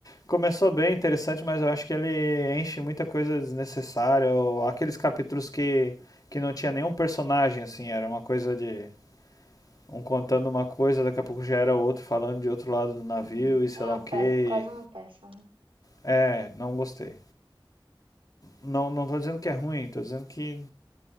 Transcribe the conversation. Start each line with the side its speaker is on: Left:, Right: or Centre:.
Left: Começou bem interessante, mas eu acho que ele enche muita coisa desnecessária, ou aqueles capítulos que que não tinha nenhum personagem assim, era uma coisa de um contando uma coisa, daqui a pouco já era outro falando de outro lado do navio
Right: uhum.
Left: e sei
Right: Era
Left: lá
Right: uma
Left: o que.
Right: pe... quase uma peça, né?
Left: É, não gostei. Não, não tô dizendo que é ruim, tô dizendo que